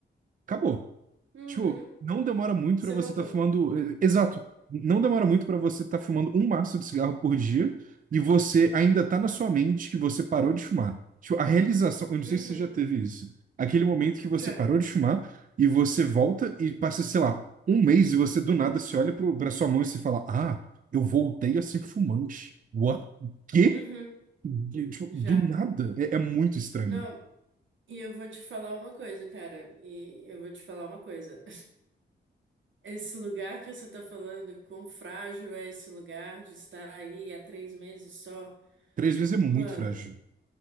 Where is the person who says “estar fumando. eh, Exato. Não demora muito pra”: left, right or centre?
Right